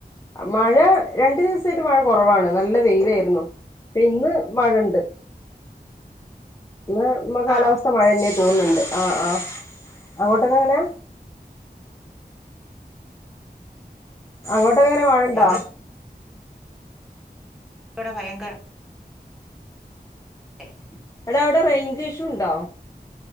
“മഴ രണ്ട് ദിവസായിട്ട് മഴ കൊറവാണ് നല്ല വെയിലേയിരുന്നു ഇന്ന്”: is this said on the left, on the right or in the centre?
Left